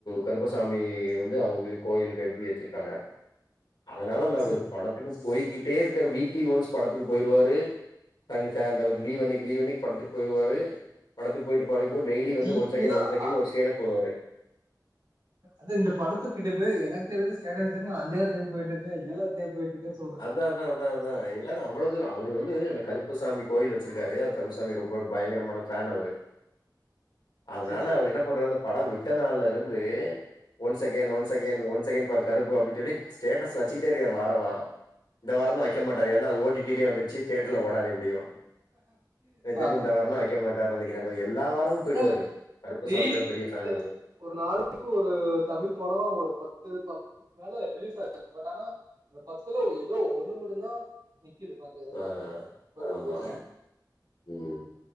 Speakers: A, on the left (about 75°); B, on the right (about 70°).
A: கருப்பசாமி வந்து அவங்க கோயில் கட்டி வச்சிருக்காங்க அதனால அந்த அவரு
B: சரி
A: படத்துக்கு போய்கிட்டே இருக்காரு வீக்லி ஒன்ஸ் படத்துக்கு போயிருவாரு தண்ணி சார் அந்த லீவ் அன்னைக்கி லீவ் அன்னைக்கி படத்துக்கு போய்ருவாரு படத்துக்கு போய்ட்டு <unintelligible> டெய்லி
B: ஹீ
A: வந்து ஒன் செகண்ட்
B: ஏதோ
A: ஒன் செகண்ட்
B: அ
A: ஒரு ஸ்டேட்டஸ் போடுவாரு
B: அது இந்த படத்து கிட்டதட்ட எனக்கு தெரிஞ்ச ஸ்டேட்டஸ் வச்சி <unintelligible> அஜ்ஜா டைம் போயிட்டு இருக்க ஏழாது டைம் போயீட்டு இருக்க
A: அதா அதா அதா அதா எல்லாரு அவ்வளோ தூரோ அவர் வந்து அந்த கருப்பசாமி கோயில் வச்சிருக்காரு அவர் கருப்பசாமி ரொம்ப பயங்கரமான ஃபேன் அவரு அதனால
B: சேரி சேரி
A: அவர் என்ன பண்றாரு படம் விட்டனால்ல இருந்து once again once second one second பார் கருப்பு அப்டி சொல்லி ஸ்டேட்டஸ் வச்சுகிட்டே இருக்காரு வார வாரோ இந்த வாரோந் தா வைக்க மாட்டாரு ஏன்னா அது ஓட்டிட்டிலே வந்துருச்சி தேட்டர்ல ஓடாது எப்டியு எனக்கு தெரிஞ்சி
B: ஆமா
A: இந்த வாரந்தா வைக்க மாட்டார் நெனைக்கிற அவரு எல்லா வாரமு போயிடுவாரு
B: இதா
A: கருப்பசாமியோட
B: டெய்லி
A: பெரிய ஃபேனு அவரு
B: ஒரு நாளைக்கு ஒரு தமிழ் படோ ஒரு பத்து பத்துக்கு மேல ரிலீஸ் ஆகுது பட் ஆனா அந்த பத்துல ஏதோ ஒண்ணு மட்டுதா நிக்குது ப மத்த எல்லாமே
A: ஆ
B: போய்டுது
A: ஆமா
B: வேஸ்ட்டா
A: ம்